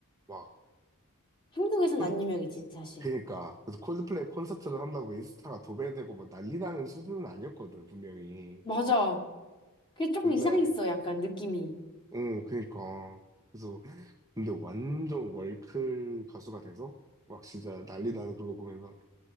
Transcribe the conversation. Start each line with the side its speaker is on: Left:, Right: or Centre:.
Right: 막,
Left: 한국에선
Right: 콜드,
Left: 안 유명했지, 사실.
Right: 그러니까. 그래서 콜드플레이 콘서트를 한다고 인스타가 도배되고 막 난리 나는 수준은 아니었거든, 분명히.
Left: 맞아. 그게 조금
Right: 근데,
Left: 이상했어, 약간 느낌이.
Right: 응, 그러니까. 그래서, 근데 완전 월클 가수가 돼서, 막 진짜 난리 나는 그거 보면서,